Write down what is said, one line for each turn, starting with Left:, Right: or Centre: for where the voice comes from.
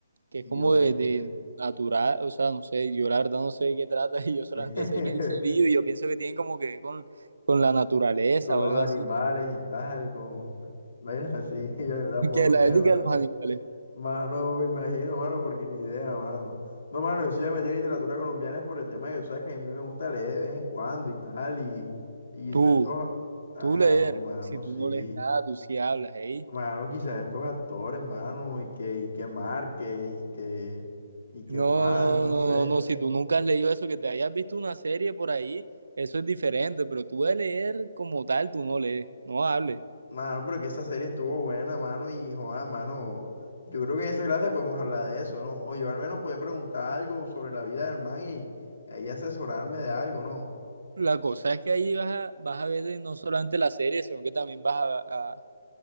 Right: que
Left: Bioética.
Right: es como de, de natural, o sea, no sé, yo la verdad no sé de qué trata <laughs> y yo solamente
Left: <laughs>
Right: sé que dice bio y yo pienso que tiene como que ver con, con la naturaleza
Left: Con los
Right: o algo
Left: animales
Right: así,
Left: y tal, con vainas así, <laughs> yo tampoco
Right: <laughs> que la
Left: sé,
Right: ética
Left: mano.
Right: de los animales.
Left: Mano, me imagino, mano, porque ni idea, mano. No, mano, yo sí voy a meter literatura colombiana por el tema que tú sabes que a mí me gusta leer de vez en cuando y tal, y, y quizás
Right: Tú,
Left: estos... Claro,
Right: tú leer,
Left: mano,
Right: si tú
Left: sí.
Right: no lees nada, tú sí hablas, ¿eh?
Left: Mano, quizás estos actores, mano, y que, y que Márquez, y que, y que
Right: No,
Left: Juan, no
Right: no,
Left: sé.
Right: no, no, si tú nunca has leído eso, que te hayas visto una serie por ahí, eso es diferente, pero tú de leer como tal, tú no lees, no hables.
Left: Mano, pero que esa serie estuvo buena, mano, y Juan, mano, yo creo que en esa clase podemos hablar de eso, ¿no? O yo al menos puedo preguntar algo sobre la vida del man y ahí asesorarme de algo, ¿no?
Right: La cosa es que ahí vas a, vas a ver de no solamente la serie, sino que también vas a, a-